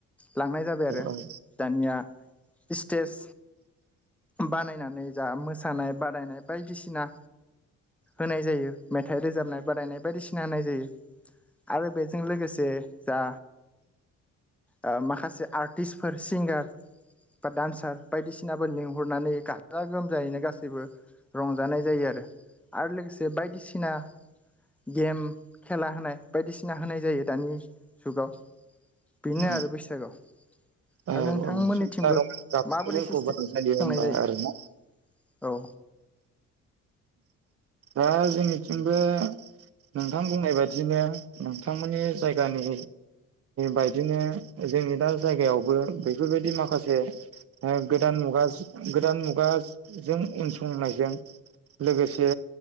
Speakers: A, in the centre; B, on the right (about 50°).
A: लांनाय जाबाय आरो
B: औ
A: दानिया स्टेज बानायनानै जा मोसानाय बादायनाय बायदिसिना होनाय जायो मेथाइ रोजाबनाय बादायनाय बायदिसिना होनाय जायो। आरो बेजों लोगोसे जा ओ माखासे आर्टिस्टफोर सिंगार बा दान्सार बायदिसिनाबो लिंहरनानै गा जा गोमजायैनो गासैबो रंजानाय जायो आरो। लोगोसे बायदिसिना गेम खेला होनाय बायदिसिना होनाय जायो दानि जुगाव बेनो
B: औ
A: आरो बैसागआव
B: औ
A: आरो नोंथांमोननिथिमबो
B: औ समायना रमायना गाबजों
A: माबोरै
B: बुंफबोनाय
A: सिस्टे
B: जायो
A: खुंनाय
B: होमबा
A: जायो।
B: आरोना
A: औ।
B: दा जोंनिथिंबो नोंथां बुंनाय बायदिनो नोंथांमोननि जायगानि बायदिनो जोंनि दा जायगायावबो बेफोरबायदि माखासे ओ गोदान मुगा गोदान मुगाजों उनसंनायजों लोगोसे